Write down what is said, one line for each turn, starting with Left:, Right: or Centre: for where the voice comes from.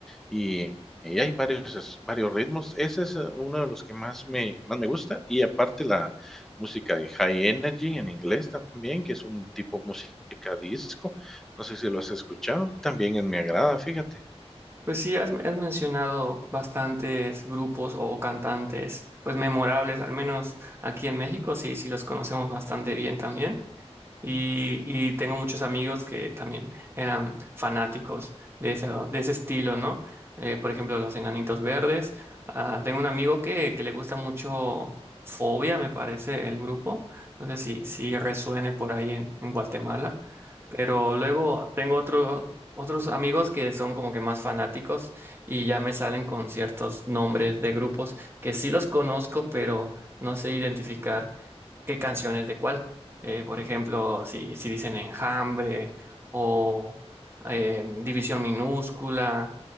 Centre: y, y hay varios, varios ritmos. Ese es eh, uno de los que más me, más me gusta. Y aparte la música de High Energy en inglés también, que es un tipo música disco. No sé si lo has escuchado. También me agrada, fíjate.
Right: Pues sí, has, has mencionado bastantes grupos o cantantes, pues memorables, al menos aquí en México, sí, sí los conocemos bastante bien también. Y, y tengo muchos amigos que también eran fanáticos de ese, de ese estilo, ¿no? Eh, por ejemplo, los Enanitos Verdes. Ah, tengo un amigo que, que le gusta mucho Fobia, me parece, el grupo. No sé si, si resuene por ahí en, en Guatemala. Pero luego tengo otro, otros amigos que son como que más fanáticos y ya me salen con ciertos nombres de grupos que sí los conozco, pero no sé identificar qué canciones de cuál. Eh, por ejemplo, si, si dicen Enjambre o eh, División Minúscula,